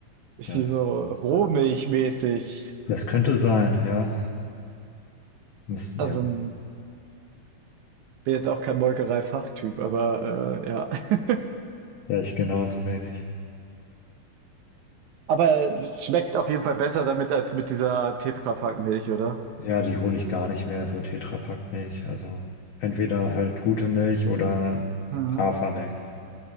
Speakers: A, on the right (about 80°); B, on the left (about 80°).
A: Ist
B: Das,
A: die so rohmilchmäßig?
B: das könnte sein, ja. Müs- ja,
A: Also
B: müs-
A: m, bin jetzt auch kein Molkerei-Fachtyp, aber äh, ja. <laughs>
B: ja, ich genauso wenig.
A: Aber schmeckt auf jeden Fall besser damit als mit dieser Tetra Pak Milch, oder?
B: Ja, die hole ich gar nicht mehr, so Tetrapack-Milch. Also entweder halt gute Milch oder
A: Mhm.
B: Hafermilch.